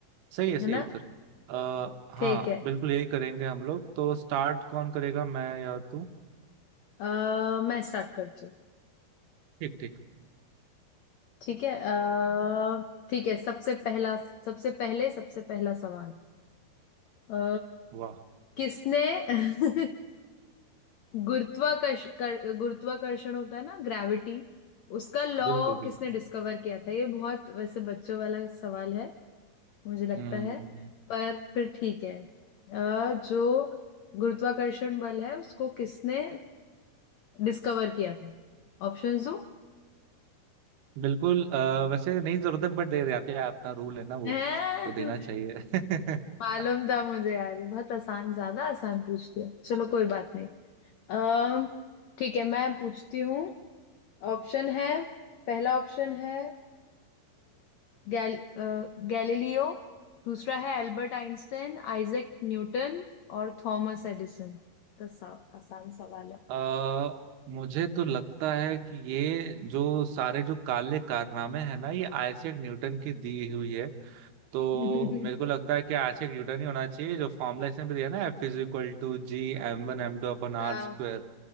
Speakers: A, on the right; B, on the left.
A: सही है सही
B: है ना
A: है फिर आ,
B: ठीक
A: हाँ
B: है
A: बिल्कुल यही करेंगे हम लोग तो स्टार्ट कौन करेगा मैं या तू
B: आ, मैं स्टार्ट करती हूँ
A: ठीक ठीक
B: ठीक है अ, ठीक है सबसे पहला सबसे पहले सबसे पहला सवाल अ,
A: वाह
B: किसने <laughs> गुरुत्वाकर्ष कर, गुरुत्वाकर्षण होता है ना ग्रेविटी उसका लॉ
A: बिल्कुल बिल्कुल
B: किसने डिस्कवर किया था ये बहुत वैसे बच्चों वाला सवाल है मुझे लगता
A: हम्म
B: है पर फिर ठीक है अ, जो गुरुत्वाकर्षण बल है उसको किसने डिस्कवर किया था ऑप्शंस दो
A: बिल्कुल अ, वैसे नहीं जरूरत है बट दे रहे आपके अपना रूल है ना वो
B: हैं?
A: तो देना चाहिए <laughs>
B: मालूम था मुझे यार बहुत आसान ज्यादा आसान पूछ लिया चलो कोई बात नहीं अम ठीक है मैं पूछती हूँ ऑप्शन है पहला ऑप्शन है अ, गैल अ, गैलीलियो दूसरा है एल्बर्ट आइंस्टाइन आइजैक न्यूटन और थॉमस एडिसन तो सा, आसान सवाल है
A: आ, मुझे तो लगता है कि ये जो सारे जो काले कारनामे हैं ना ये आइजैक न्यूटन की दी हुई है तो
B: <laughs>
A: मेरे को लगता है कि आज एक न्यूटन ही होना चाहिए जो फॉर्मूला इसने भी दिया ना F is equal to G M one M two upon R
B: हाँ
A: square